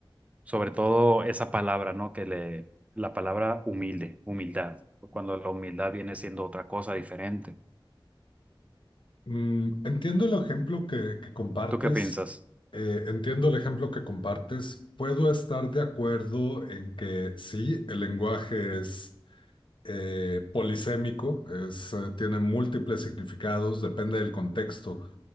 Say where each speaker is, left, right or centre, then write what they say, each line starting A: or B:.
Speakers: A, on the right; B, on the left.
A: sobre todo esa palabra, ¿no? Que le, la palabra humilde, humildad, cuando la humildad viene siendo otra cosa diferente.
B: Mm, entiendo el ejemplo que, que compartes,
A: ¿Tú qué piensas?
B: eh, entiendo el ejemplo que compartes. Puedo estar de acuerdo en que sí, el lenguaje es eh, polisémico, es, eh, tiene múltiples significados, depende del contexto,